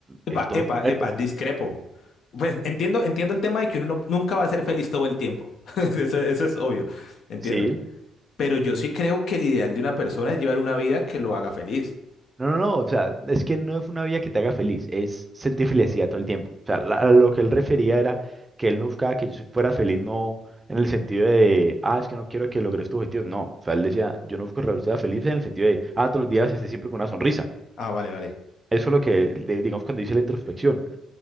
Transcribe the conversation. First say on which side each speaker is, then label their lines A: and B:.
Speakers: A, on the left; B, on the right.
A: Epa,
B: Es todo
A: epa,
B: lo contrario.
A: epa, discrepo. Pues entiendo, entiendo el tema de que uno no- nunca va a ser feliz todo el tiempo. <laughs> Eso, eso es obvio, entiendo.
B: Sí.
A: Pero yo sí creo que el ideal de una persona es llevar una vida que lo haga feliz.
B: No, no, no. O sea, es que no es una vida que te haga feliz. Es sentir felicidad todo el tiempo. O sea, la- a lo que él refería era que él no buscaba que yo fuera feliz, no en el sentido de, ah, es que no quiero que logres tu objetivo. No. O sea, él decía, yo no busco que sea feliz en el sentido de, ah, todos los días esté siempre con una sonrisa.
A: Ah, vale, vale.
B: Eso es lo que, de- digamos, cuando dice la introspección.